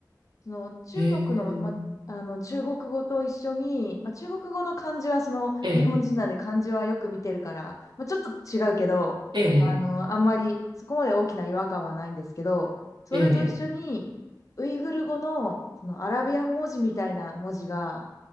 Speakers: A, on the left; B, on the right.
A: その中国の、
B: ええ、
A: ま、あの中国語と一緒に、ま、中国語の漢字はその日本人なんで漢字はよく見てるから、
B: ええ、
A: ま、ちょっと違うけど、
B: ええ、
A: あの、あんまりそこまで大きな違和感はないんですけど、それと一緒に
B: ええ、
A: ウイグル語の、そのアラビア文字みたいな文字が、